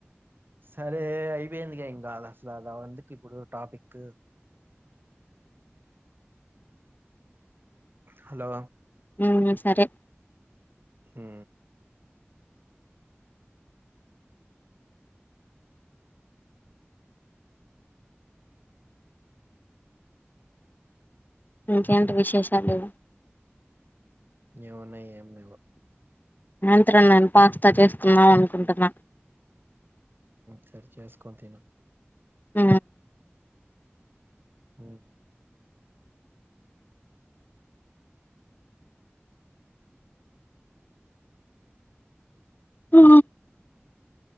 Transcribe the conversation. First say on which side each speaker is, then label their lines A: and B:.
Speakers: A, on the right; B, on the left.
A: సరే అయిపోయిందిగ ఇంగా అసలు అవందుకి ఇప్పుడు టాపిక్ హలో
B: ఉమ్ సరే
A: ఉ
B: ఇంకేంటి విశేషాలు
A: ఏమున్నాయి ఏమ్ లేవు
B: సాయంత్రం నేను పాస్తా చేసుకుందాం అనుకుంటున్నా,
A: సరె చేసుకొని తిను
B: ఉ
A: హు
B: హ